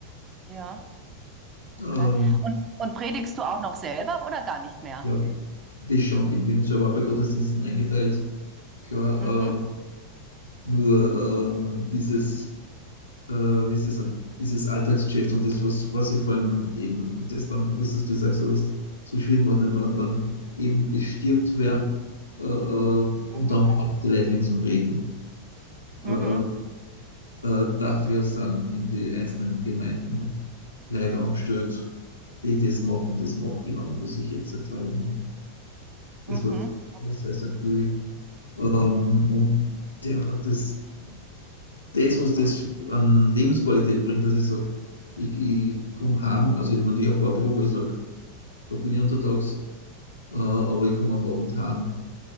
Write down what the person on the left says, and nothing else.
Ähm,
ja, das schon. Ich bin selber bei Gottesdiensten eingeteilt. Klar,
ähm, nur ähm, dieses, äh, wie soll ich sagen, dieses Alltagsgeschäft und das, was, was ja vor allem eben, das dann, wie es du sagst, was so schwierig macht, ne, wenn dann eben es stirbt wer äh, äh,
und dann braucht die Leute wen zum Reden.
Äh, äh, Äh, dafür sind in die einzelnen Gemeinden Leute angestellt, die das machen. Das mache ich an und für sich jetzt seit zwei Jahren nicht mehr. Das
war früher sehr, sehr viel. Ähm, und der, das, das, was das an Lebensqualität bringt, dass ich sage, ich, ich komme heim, also ich habe natürlich ein Fahrbüro, wo ich sage, da bin ich untertags, äh, aber ich komme am Abend heim,